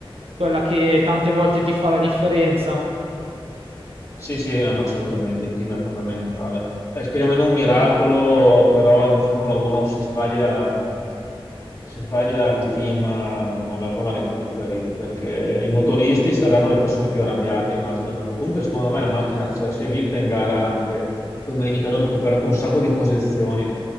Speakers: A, on the right; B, on the left.
A: quella che tante volte ti fa la differenza.
B: Sì, sì, assolutamente, il team è fondamentale. Eh, speriamo in un miracolo, però in Formula 1 se sbagli la- se sbagli la- il team eh, non, non la, non la recuperi, perché i motoristi saranno le persone più arrabbiate, immagino, perché comunque secondo me la macchina c'è, si è vista in gara anche domenica hanno recuperato un sacco di posizioni,